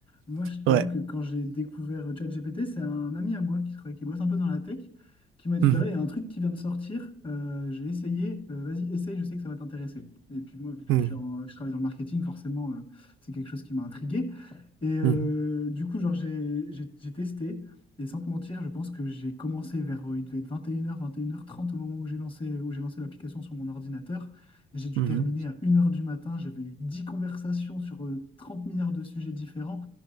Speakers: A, on the left; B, on the right.
A: Moi, je t'avoue
B: Ouais.
A: que quand j'ai découvert euh, ChatGPT, c'est un ami à moi qui travaille, qui bosse un peu dans la tech, qui m'a dit,
B: Mhm.
A: bah là, il y a un truc qui vient de sortir, euh, j'ai essayé, euh, vas-y, essaye, je sais que ça va t'intéresser. Et puis moi, vu que
B: Mhm.
A: je, suis en- je travaille dans le marketing, forcément, euh, c'est quelque chose qui m'a intrigué. Et euh,
B: Mhm.
A: du coup, genre, j'ai j'ai- j'ai testé, et sans te mentir, je pense que j'ai commencé vers, euh, il devait être 21h, 21h30 au moment où j'ai lancé, où j'ai lancé l'application sur mon ordinateur. J'ai dû
B: Mhm.
A: terminer à une heure du matin, j'avais eu 10 conversations sur euh, 30 milliards de sujets différents.